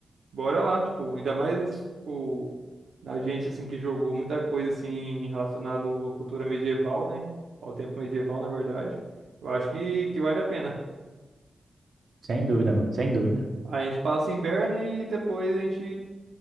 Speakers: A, on the right; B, on the right.
A: bora lá, tipo, ainda mais, tipo, a gente, assim, que jogou muita coisa, assim, relacionado à cultura medieval, né, ao tempo medieval, na verdade, eu acho que, que vale a pena.
B: Sem dúvida, mano, sem dúvida.
A: A gente passa em Berna e depois a gente